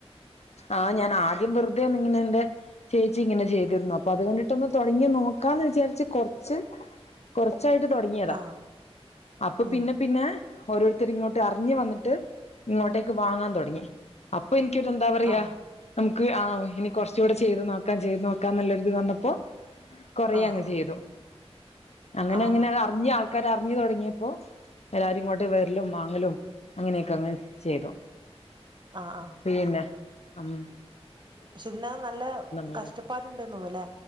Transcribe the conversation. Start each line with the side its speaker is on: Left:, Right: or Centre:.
Left: ആഹ് ഞാനാദ്യം വെറ്തേ ഒന്നിങ്ങനെന്റെ ചേച്ചി ഇങ്ങനെ ചെയ്തിർന്നു അപ്പൊ അത് കണ്ടിട്ടൊന്നു തൊടങ്ങി നോക്കാന്ന് വിചാരിച്ച് കൊർച്ച് കുറച്ചായിട്ട് തൊടങ്ങിയതാ
Right: ആ
Left: അപ്പൊ
Right: ഉം
Left: പിന്നെ പിന്നെ ഓരോര്ത്തരിങ്ങോട്ട് അർഞ്ഞ് വന്നിട്ട് ഇങ്ങോട്ടേക്ക് വാങ്ങാൻ തൊടങ്ങി. അപ്പൊ ഇൻക്കൊരു എന്താ പറയാ
Right: ആ
Left: നമുക്ക് ആഹ് ഇനി കൊറച്ചുകൂടെ ചെയ്ത് നോക്കാം ചെയ്തു നോക്കാംന്ന്ള്ളൊരുത് വന്നപ്പോ കൊറേ
Right: ആ
Left: അങ്ങ്
Right: ആ
Left: ചെയ്തു. അങ്ങനെ
Right: ആഹ്
Left: അങ്ങനെ അത് അറിഞ്ഞ് ആൾ ക്കാര് അറിഞ്ഞു തൊടങ്ങിയപ്പോ എല്ലാവരും ഇങ്ങോട്ട് വെര്ലും വാങ്ങലും അങ്ങനെയൊക്കെഅങ്ങ് ചെയ്തു
Right: ആഹ് ആഹ്
Left: പിന്നെ അം
Right: പക്ഷെ ഇതിനകം നല്ലെ
Left: മേല്
Right: കഷ്ടപ്പാട്ണ്ട്ന്നോന്ന് അല്ലെ